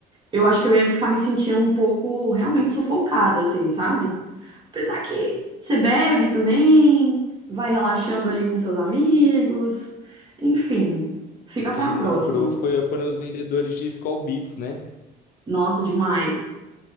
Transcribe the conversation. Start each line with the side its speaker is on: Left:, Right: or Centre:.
Right: eu acho que eu ia ficar me sentindo um pouco realmente sufocada, assim, sabe? Apesar que você bebe também, vai relaxando ali com seus amigos, enfim, fica
Left: E Quem
Right: pra próxima.
Left: lucrou foi, foram os vendedores de Skol Beats, né? <laughs>
Right: Nossa, demais,